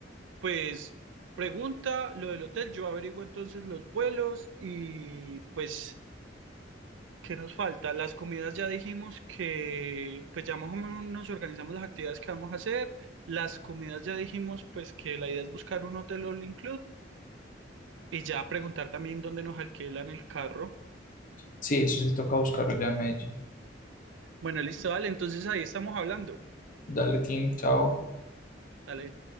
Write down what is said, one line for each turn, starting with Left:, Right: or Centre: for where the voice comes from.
Right: pues pregunta lo del hotel. Yo averiguo entonces los vuelos y pues ¿Qué nos falta? Las comidas ya dijimos que, pues ya más o menos nos organizamos las actividades que vamos a hacer. Las comidas ya dijimos, pues que la idea es buscar un hotel all include y ya preguntar también dónde nos alquilan el carro.
Left: Sí, eso sí toca buscarlo ya en Medellín.
Right: Bueno, listo, dale, entonces ahí estamos hablando.
Left: Dale, Tim, chao.
Right: Dale.